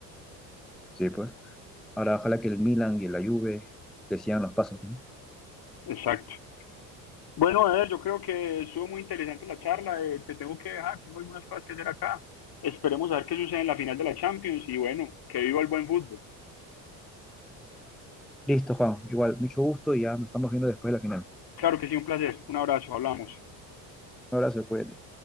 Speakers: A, in the centre; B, on the left.
A: Sí, pues. Ahora, ojalá que el Milan y la Juve le sigan los pasos, ¿no?
B: Exacto. Bueno, Eder, yo creo que estuvo muy interesante la charla. eh, te tengo que dejar, tengo algunas cosas que hacer acá. Esperemos a ver qué sucede en la final de la Champions y bueno, que viva el buen fútbol.
A: Listo, Juan. Igual, mucho gusto y ya nos estamos viendo después de la final.
B: Claro que sí, un placer. Un abrazo, hablamos.
A: Un abrazo, cuídate.